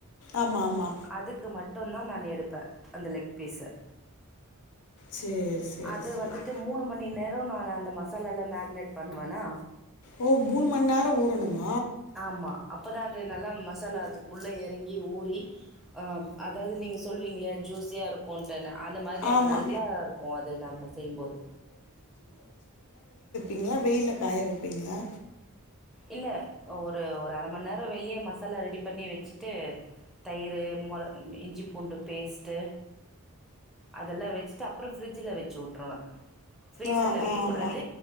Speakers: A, on the left; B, in the centre.
A: ஆமா ஆமா
B: அதுக்கு மட்டும் தான் நான் எடுப்பேன் அந்த லெக் பீஸு
A: சேரி சேரி
B: அது
A: சேரி
B: வந்துட்டு மூணு மணி நேரம் நா அந்த மசாலா எல்லாம் மேனேட் பண்ணுவேனா
A: ஓ மூணு மணி நேரம் ஊறணுமா
B: ஆமா அப்பதான் அது நல்லா மசாலா அது உள்ளே எறங்கி ஊறி ம் அதாவது நீங்க சொல்லுவீங்களே ஜூஸியா இருக்கும்ன்ட்டு நான் அந்த மாதிரி
A: ஆமா
B: அது நல்லா இருக்கும் அது நம்ப செய்யும்போது
A: இல்ல வெயில காய வெப்பீங்களா
B: இல்ல ஒரு ஒரு அரை மண் நேர வெளிய ம சாலா ரெடி பண்ணி வெச்சிட்டு தயிரு மொள இஞ்சி பூண்டு பேஸ்ட்டு அதெல்லா வெச்சுட்டு அப்புற ஃப்ரிட்ஜில் வச்சு வுட்டுருவேன் ஃப்ரீசர்ல
A: ஆ
B: வெக்க
A: ஆ ஆமா
B: கூடாது